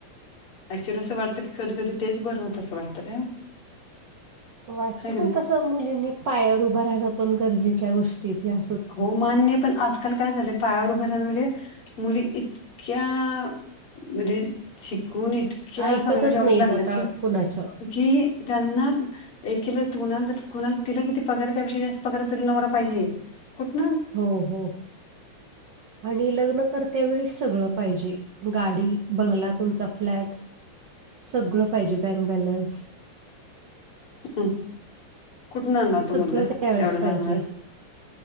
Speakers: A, on the left; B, on the right.
A: ऍक्च्युली असं वाटतं की कधी कधी तेच बरं होतं असं वाटतं का?
B: वाटत
A: नाही
B: पण कस मुलींनी पायावर उभं राहाणं पण गरजेच्या गोष्टीत या
A: हो मान्य पण आजकाल काय झालंय पायावर उभ रा म्हणजे मुली एक अ्ख्या म्हध्येे शिकूनत सांगाल्या
B: ऐकतच
A: जॉबल्याला
B: नाहीयेत
A: लागल्यात
B: आता
A: की
B: कुणाच्या
A: कि त्यांना एकला तुणाला कुणा तिला किती पगार त्याविषयी जास्त पगार त नव पाहिजे. कुठ?
B: हो हो आणि लग्न करत्या वेळीस सगळ पाहिजे. गाडी बंगला तुमचा फ्लॅट सगळं पाहिजे बँक बॅलन्स
A: हम् कुठून आणणार तो
B: सगळं
A: मुलगा
B: त्यावेेळेस
A: एवढा ललात
B: पाहिजे